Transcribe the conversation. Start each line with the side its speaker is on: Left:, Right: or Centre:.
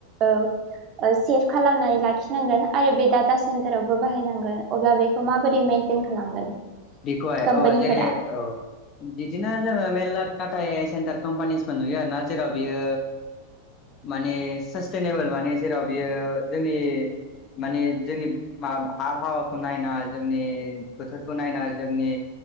Right: ओ सेभ खालामनानै लाखिनांगोन आरो बे डाटा सेन्टारावबो बाहायनांगोन अब्ला बेखौ माबोरदि मेेनटेन खालामगोन।
Left: बेखहाय
Right: कम्पानिफोरा
Left: औ जेरै औ बिदिनो जोङो मेलला टाटा ए सेन्टार कम्पानिसफोर नुयो आरो ना जेराव बियो माने सास्टेनेबोल माने जेराव बियो जोंनि माने जोंनि मा आबहावाखौ नायना जोंनि बोथोरखौ नायना जोंनि